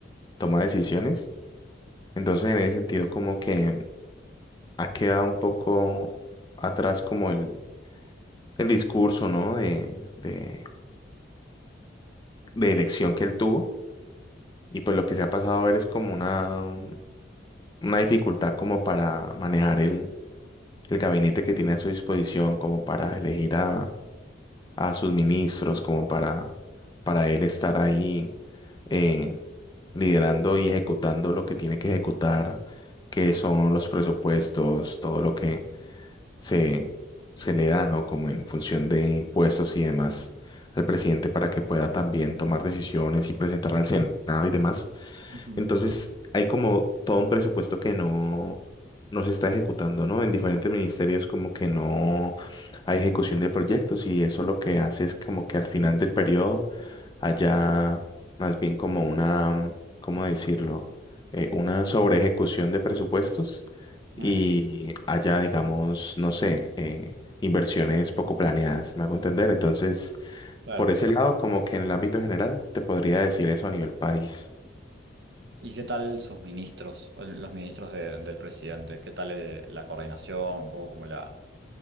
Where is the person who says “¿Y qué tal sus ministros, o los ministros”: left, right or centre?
Right